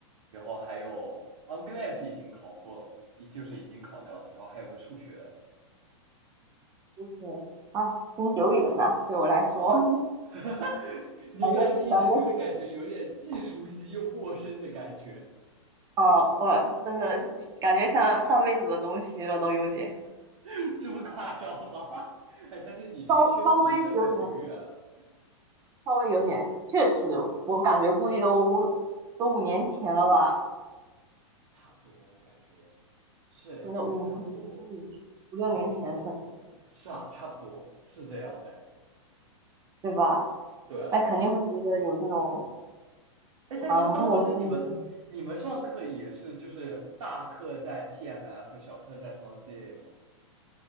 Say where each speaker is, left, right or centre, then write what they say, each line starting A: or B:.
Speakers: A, on the right; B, on the right.
A: 然后还有 English 已经考过，就是已经考掉的，然后还有个数学。
B: 对啊，真久远呐、对我来说，
A: <laughs>
B: <laughs>
A: 你应该听着就是感觉有点既熟悉又陌生的感觉，
B: 感觉感觉啊，我真的感觉像上辈子的东西了，都有点
A: <laughs> 这不夸张吗？<laughs> 哎，但是你这个确实离得很久远了，
B: 稍稍微有点稍微有点，确实，我感觉估计都都五年前了吧，
A: 差不多我感觉是应该差不多。
B: 真的五年前、五年五六年前是，
A: 我看你今年 M 二毕业，是啊，差不多是这样的呀。
B: 对吧？
A: 对啊，
B: 那肯定会觉得有这种。
A: 哎，但是当时你们你们上课也是就是大课在
B: 啊，陌生的感觉
A: PMF，小课在 s o n c a 吗？